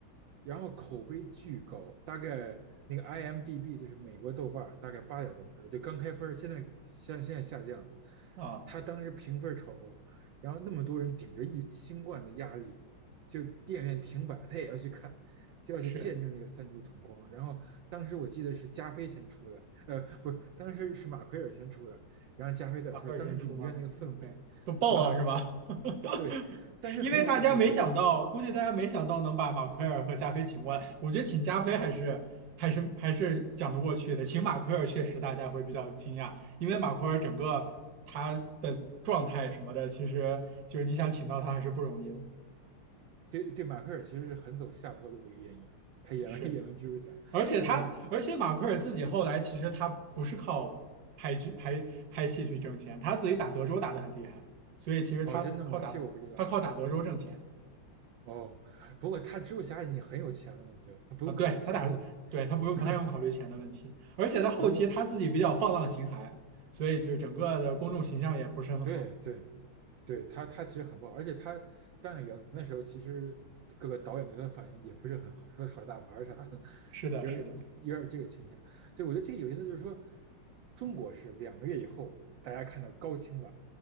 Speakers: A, on the right; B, on the right.
A: 然后口碑巨高，大概那个 IMDB 就是美国豆瓣大概八点多分就刚开分现在现现在下降
B: 啊？
A: 它当时评分超高，然后那么多人顶着一新冠的压力，就电影院停摆，他也要去看，就要去见证这个三柱同光，
B: 是。
A: 然后当时我记得是加菲先出的，呃，不是，当时是马奎尔先出的，然后加菲再出的。
B: 马奎尔先出吗？OK，
A: 当时影院那个氛围拉满，
B: 都爆了是吧？
A: 对。
B: <laughs>
A: 但是很有意思的是，
B: 因为大家没想到，估计大家没想到能把马奎尔和加菲请过来。我觉得请加菲还是还是还是讲得过去的，请马奎尔确实大家会比较惊讶，因为马奎尔整个他的状态什么的，其实就是你想请到他还是不容易的。
A: 对对，马奎尔其实是很走下坡路的一个演员，他演完演完蜘蛛侠，
B: 是。而且他，
A: 基本上
B: 而且马奎尔自己后来其实他不是靠拍剧拍拍戏去挣钱，他自己打德州打得很厉害，所以其实他靠打他靠打德州挣钱
A: 哦，真的吗？这个我不知道哦。不过他蜘蛛侠已经很有钱了，我觉得他不用考虑钱的问题。
B: 啊，对他打对他不用不太用考虑钱的问题，
A: <laughs>
B: 而且他后期他自己比较放浪形骸，
A: 然后
B: 所以就整个的公众形象也不是很好。
A: 对对，对他，他其实很不好，而且他当演员的时候，其实各个导演对他的反应也不是很好，说他耍大牌儿啥的，
B: 是的，
A: 有有点这个倾向。
B: 是的，
A: 对，我觉得这个有意思，就是说中国是两个月以后大家看到高清版，